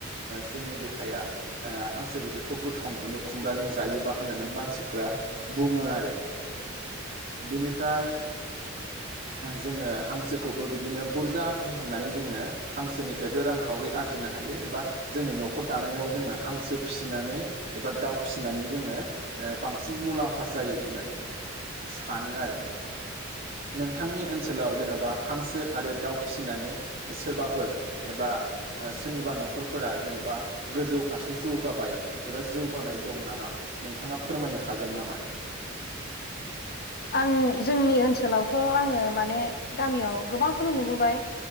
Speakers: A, on the right; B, on the left.
A: जोंनि देहाया हांसो बेदरखौ गोथाव मोनो खुमब्राजों जायोबा होननानै मानसि बुङो आरो बिनिफ्राय जोङो हांसोखौबो बिदिनो बुरजा फेहेरनानै जोङो हांसोनिफ्रायबो रांखावरि आरजि फुजिनो हायो एबा जोंनि न'खर दानायाव जोङो हांसो फिसिनानै एबा दाउ फिसिनानै जोङो बांसिन मुलाम्फा जायो होननानै सानो आरो नोंथांनि ओनसोल जेन'बा हांसो आरो दाउ फिसिनानै सोरबाफोर एबा सोरनिबा न'खरफोरा जेनेबा गोजौ फारसे जौगाबाय एबा जौगानाय दं नामा नोंथाङा फोरमायनो हागोन नामा?
B: आं जोंनि ओनसोलावथ' आङो माने गामियाव गोबांखौनो नुबोबाय